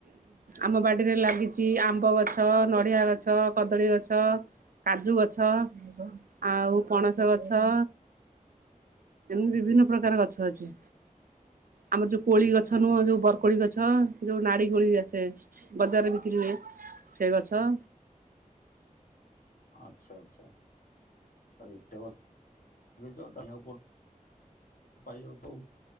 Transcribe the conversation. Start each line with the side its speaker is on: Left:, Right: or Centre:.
Right: ଆମ ବାଡ଼ିରେ ଲାଗିଛି ଆମ୍ବ ଗଛ, ନଡ଼ିଆ ଗଛ, କଦଳୀ ଗଛ କାଜୁ ଗଛ ଆଉ ପଣସ ଗଛ। ଏମିତି ବିଭିନ୍ନ ପ୍ରକାର ଗଛ ଅଛି। ଆମର ଯୋଉ କୋଳି ଗଛ ନୁହଁ ଯୋଉ ବରକୋଳି ଗଛ ଯୋଉ ନାଡି କୋଳି ଆସେ। ବଜାରରେ ବିକ୍ରି ହୁଏ ସେ ଗଛ।
Left: ଆଚ୍ଛା ଆଚ୍ଛା। ଆଉ ଏତେ ଗ ହୁଏ ତ <unintelligible> ପାଇବ ତ